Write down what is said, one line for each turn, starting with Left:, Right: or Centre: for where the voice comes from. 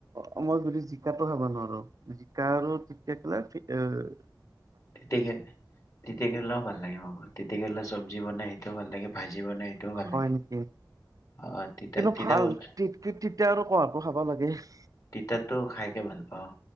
Right: অ' মই যদি জিকাটো খাবা নোৱাৰো জিকা আৰু তিতা কেৰেলা <unintelligible>
Left: তিতি কে, তিতি কেৰেলাওঁ ভাল লাগে মোক <unintelligible> কেৰেলা চবজি বনাই, সেইটোও ভাল লাগে। ভাজি বনাই সেইটোও ভাল
Right: হয়
Left: লাগে
Right: নেকি।
Left: অ তিতা
Right: কিন্তু
Left: তিতা
Right: ভাল,
Left: বস্তু
Right: তি-তিতা আৰু কৱাটো খাব লাগে <unintelligible>
Left: তিতাতো খাইকে ভাল পাওঁ।